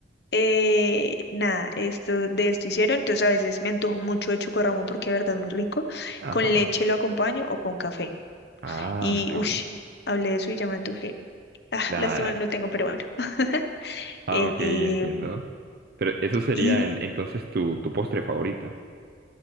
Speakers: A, on the left (about 65°); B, on the right (about 55°).
A: eh, nada, esto, de esto hicieron. Entonces, a veces me antojo mucho de chocorramo porque de verdad es muy rico.
B: Ajá.
A: Con leche lo acompaño o con café.
B: Ah,
A: Y,
B: mira.
A: uff,
B: vos.
A: hablé de eso y ya me antojé. Ah,
B: La...
A: lástima
B: Ah,
A: no tengo, pero bueno. <laughs>
B: ah,
A: Eh,
B: ok,
A: eh,
B: entiendo. Pero eso sería
A: y
B: en- entonces tu, tu postre favorito.